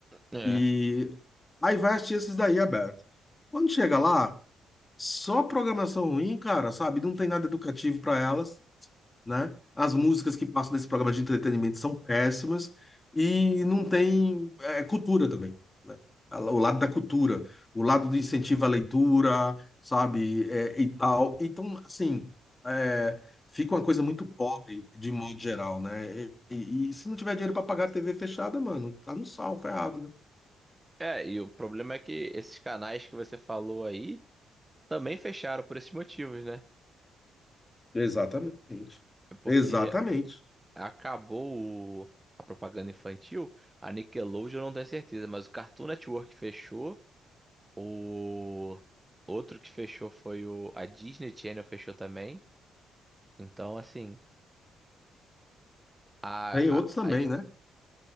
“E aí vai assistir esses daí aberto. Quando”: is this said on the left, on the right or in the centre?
Left